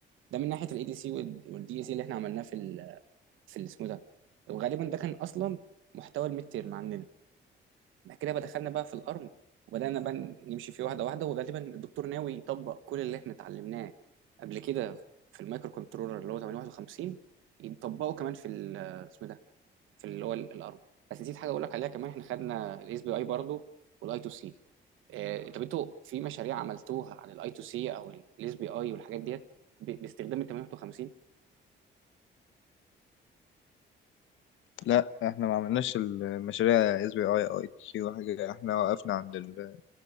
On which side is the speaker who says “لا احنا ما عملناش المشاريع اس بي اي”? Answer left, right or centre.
Left